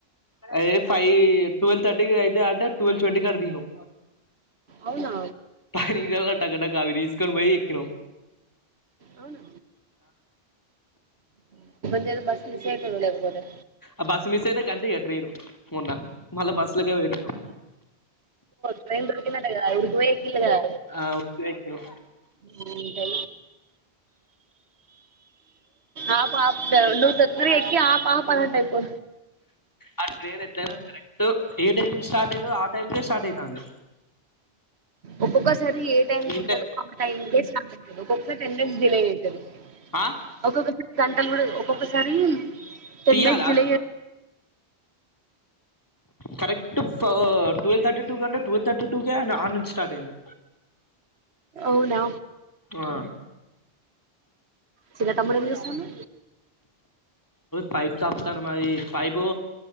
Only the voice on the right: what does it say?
అవునా
అవునా ఇదేదో బస్ మిస్ అయితుంది కదరా
ట్రైన్ పోయిందటగా ఉరికి పోయి ఎక్కిండ్రటగా
ఉ అ పాపదా నువ్వు తొందర ఎక్కి ఆపు అని అంటది పో
ఒక్కొక్కసారి ఏ టైమ్ కి
ఉంటుందో ఆ టైంకే స్టార్ట్ అవుత ఒక్కొక్కసారి టెన్ డేస్ డిలే అవుతది
ఒక్కొక్క గంటలు కూడా ఒక్కొక్కసారి టెన్
మినిట్స్ డిలే చే
అవునా
చిన్న తమ్ముడు ఏం చేస్తుండు